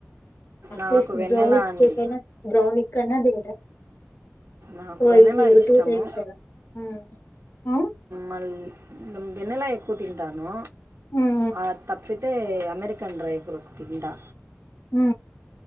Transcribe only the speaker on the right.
నాకు వెన్నెలా
అండి
నాకు
వెన్నెలా ఇష్టము
మళ్ళీ ఇ వెన్నెల ఎక్కువ తింటాను
ఆ తప్పి తే అమెరికన్ డ్రై ఫ్రూట్ తింటా